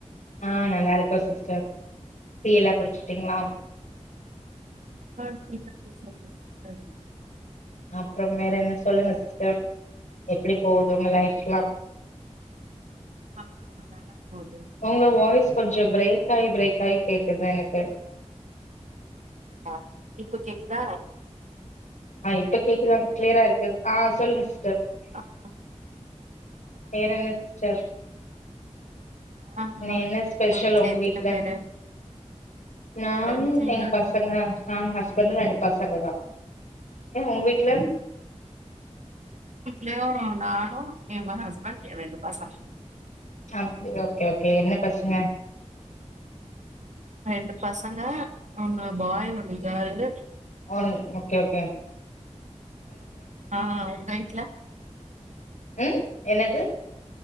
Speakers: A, on the left; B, on the right.
A: ஆஹ் நல்லா இருக்கோ சிஸ்டர் டீ எல்லாம் குடுச்சி ட்டீங்களா
B: ஆஹ் டீ எல்லாம் குடிச்சாசீங்க சிஸ்டர்
A: அப்பறம் வேற என்ன சொல்லுங்க சிஸ்டர் எப்டி போகுது உங்க லைப்லாம்
B: ஆ, நல்லா போது
A: உங்க வாய்ஸ் கொஞ்சம் பிரேக் ஆகி பிரேக் கை கேக்குது எனக்கு
B: ஆஹ் இப்ப கேக்குதா
A: ஆஹ் இப்ப கேக்குதாங்க கிளியரா இருக்குது ஆ சொல்லுங்க சிஸ்டர்
B: ஆஹ்
A: வேற என்ன சிஸ்டர்
B: ஆ
A: இன்ன என்ன ஸ்பெஷல்
B: வீட்ல
A: உங்க
B: எத்தன
A: வீட்டுல
B: பேரு
A: நானு
B: எங்க வீட்ல
A: எங்க
B: இன்னைக்கு
A: பசங்க நா ஹஸ் ஹஸ்பண்டு ரெண்டு பசங்க தா உங்க வீட்ல
B: நோ நானும் ஏன் ஹஸ்பண்ட் ஏன் ரெண்டு பசங்க
A: அப்படியா ஓகே ஓகே என்ன பசங்க
B: ரெண்டு பசங்க உம் ஆஹ் பாய் ஒன்னு கேர்ள்ளு
A: ஒன் ஓகே ஓகே
B: ஆஹ் உங்க வீட்ல
A: உம் என்னது